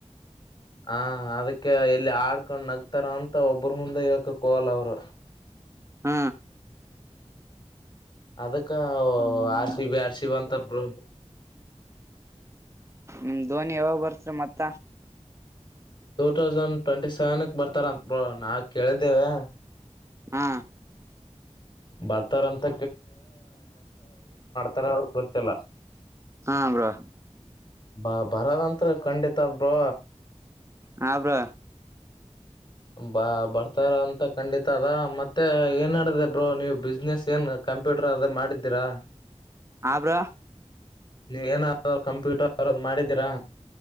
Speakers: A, on the left; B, on the right.
A: ಹ ಅದಕ್ಕೆ ಎಲ್ಲಿ ಆಡ್ಕೊಂಡ್ ನಗ್ತಾರ ಅಂತ ಮತ್ತ ಒಬ್ಬ್ರ ಮುಂದೆ ಹಕ ಕವಲ್ಲ ಅವರು
B: ಹ್ಮ
A: ಅದಕ್ಕ
B: ನಿಮ್
A: R C B R C B ಅಂತಾರರು
B: ಹ್ಮ ಧೋನಿ ಯಾವಾಗ ಬರ್ತ್ರ ಮತ್ತ
A: ಟೂ ತೌಸಂಡ್ ಟ್ವೆಂಟಿ ಸೆವೆನ್ ಬರ್ತಾರ ಅಂತ ನಾ ಕೇಳಿದ್ದೇವೆ
B: ಹಾ
A: ಬರ್ತಾರಂತ ತರ ಗೊತ್ತಿಲ್ಲ
B: ಹಾ ಬ್ರೋ
A: ಬಾ ಬರದಂತು ಖಂಡಿತ ಬ್ರೋ
B: ಹಬ್ರೋ
A: ಬ ಬರ್ತಾರ ಅಂತ ಕಂಡಿತ ದ ಮತ್ತೆ ಏನ್ ನಡಡಿದೆ ನೀವು ಬಿ ಬಿಸ್ನೆಸ್ ಏನ್ ಕಂಪ್ಯೂಟರ್ ಅದ ಮಾಡಿದ್ದೀರಾ
B: ಹ ಬ್ರೋ
A: ನೀವು ಏನಾದ್ರೂ ಕಂಪ್ಯೂಟರ್ ಅತರದ್ದು ಮಾಡಿದ್ದೀರಾ